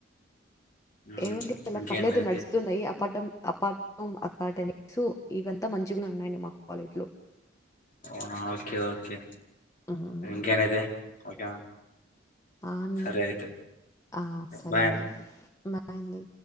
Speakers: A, on the left; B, on the left.
A: ఉమ్
B: ఏంటి అలా
A: ఇంకేందైతే
B: పర్లేదు నడుస్తున్నయి అపటం అపార్ట్ అకాడమిక్సు ఇవంతా మంచిగనే ఉన్నాయండి మా కాలేజ్లో
A: అవునా ఓకే ఓకే
B: హ్మ్.
A: ఇంకేనైతే ఓకేనా
B: ఆ! అండి.
A: సరే అయితే
B: ఆ! సరే
A: బాయ్
B: అండి.
A: అం
B: బాయ్ అండి